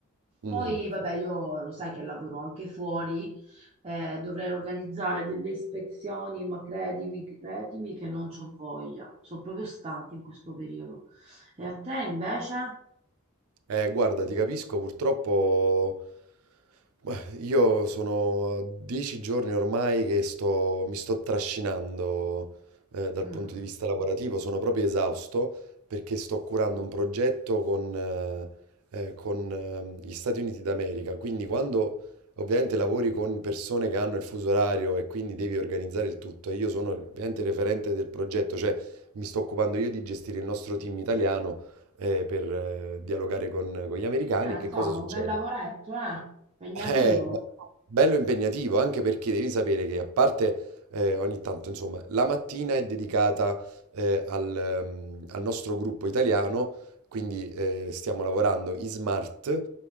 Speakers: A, on the right; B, on the right.
A: Mm.
B: Poi, vabbè, io lo sai che lavoro anche fuori, eh, dovrei organizzare delle ispezioni, ma credimi, credimi che non c'ho voglia. Sono proprio stanca in questo periodo. E a te invece?
A: Eh, guarda, ti capisco, purtroppo beh, io sono dieci giorni ormai che sto, mi sto trascinando eh, dal
B: Mm.
A: punto di vista lavorativo, sono proprio esausto perché sto curando un progetto con, eh, eh, con, ehm, gli Stati Uniti d'America, quindi quando ovviamente lavori con persone che hanno il fuso orario e quindi devi organizzare il tutto, e io sono ovviamente il referente del progetto, cioè mi sto occupando io di gestire il nostro team italiano eh, per eh, dialogare con, con gli americani,
B: Eh,
A: che
B: insomma,
A: cosa succede?
B: un bel lavoretto, eh? Impegnativo.
A: Eh, ma- bello impegnativo, anche perché devi sapere che a parte eh, ogni tanto, insomma, la mattina è dedicata eh, al, ehm, al nostro gruppo italiano, quindi eh, stiamo lavorando in smart